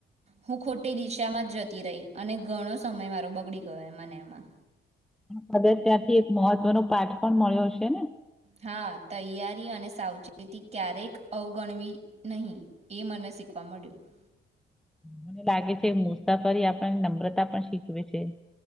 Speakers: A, on the right; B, in the centre.
A: હું ખોટી દિશામાં જતી રહી અને ઘણો સમય મારો બગડી ગયો એમા ને એમાં.
B: <inaudible> ત્યારથી એક મહત્વનો પાઠ પણ મળ્યો છે છે ને?
A: હા તૈયારી અને સાવચેતી ક્યારેક અવગણવી નહી એ મને શીખવા મળ્યું.
B: મને લાગે છે મુસાફરી આપણ નમ્રતા આપણ શીખવે છે. કે